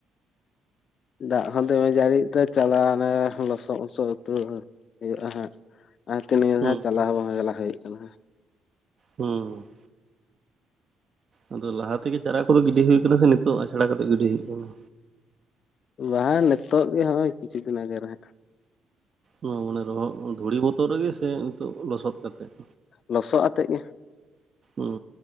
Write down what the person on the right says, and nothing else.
ᱦᱩᱸ
ᱦᱩᱸ ᱟᱫᱚ ᱞᱟᱦᱟ ᱛᱮᱜᱮ ᱪᱟᱨᱟ ᱠᱚᱫᱚ ᱜᱤᱰᱤ ᱦᱩᱭ ᱠᱟᱱᱟ ᱥᱮ ᱱᱤᱛᱚᱜ ᱟᱪᱷᱟᱲᱟ ᱠᱟᱛᱮ ᱜᱤᱰᱤ ᱦᱩᱭᱩᱜ ᱠᱟᱱᱟ᱾
ᱢᱟᱱᱮ ᱨᱚᱦᱚᱲ ᱫᱷᱩᱲᱤ ᱵᱚᱛᱚᱨ ᱨᱮᱜᱮ ᱥᱮ ᱱᱤᱛᱚᱜ ᱞᱚᱥᱚᱫ ᱠᱟᱛᱮᱮᱫ?
ᱚ